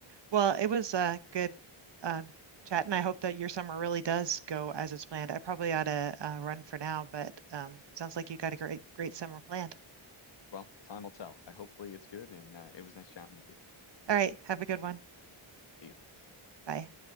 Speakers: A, on the right; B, on the left.
A: Well, it was uh good um chat and I hope that your summer really does go as it's planned. I probably ought to uh, run for now, but um sounds like you got a great great summer planned.
B: Well, time will tell. I hopefully it's good and uh, it was nice chatting with you.
A: All right, have a good one.
B: See ya.
A: Bye.